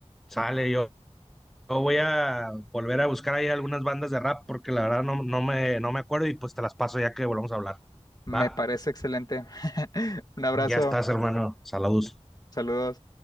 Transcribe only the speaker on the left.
Me
parece excelente. <laughs> Un abrazo,
saludos.